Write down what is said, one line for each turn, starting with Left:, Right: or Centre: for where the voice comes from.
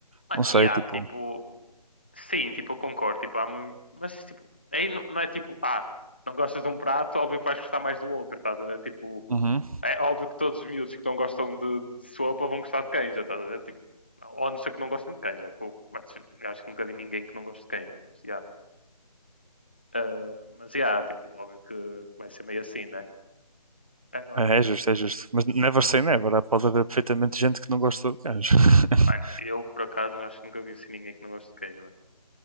Left: ah,
Right: Não sei,
Left: e há,
Right: tipo.
Left: tipo, Sim, tipo, eu concordo. Tipo, há mu- Mas tipo, aí não, não é tipo, ah, não gostas de um prato, óbvio que vais gostar mais do outro, estás a ver? Tipo,
Right: Uhum.
Left: é óbvio que todos os miúdos que não gostam de, de sopa vão gostar de canja, estás a ver? Tipo, ou a não ser que não gostem de canja. que eu- Mas, eu acho que nunca vi ninguém que não goste de canja, mas já. Ah, mas já, tipo, óbvio que vai ser meio assim, né? Agora,
Right: É, é justo, é justo. Mas never say never. Há- Pode haver perfeitamente gente que não gosta de canja. <laughs>
Left: mano, eu por acaso não acho que nunca vi assim ninguém que não goste de queijo mano.